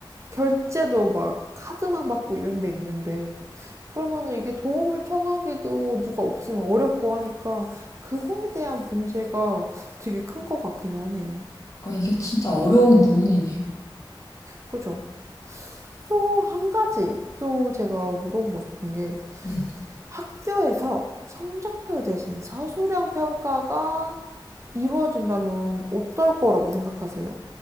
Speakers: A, on the right (about 35°); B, on the left (about 40°).
A: 결제도 막 카드만 받고 이런 데 있는데. 그러면은 이게 도움을 청하기도 누가 없으면 어렵고 하니까 그거에 대한 문제가 되게 큰 것 같긴 하네요.
B: 그러니까 이게 진짜 어려운 부분이네요.
A: 그죠? 또 한 가지 또 제가 물어보고 싶은 게
B: 네.
A: 학교에서 성적표 대신 서술형 평가가 이루어진다면 어떨 거라고 생각하세요?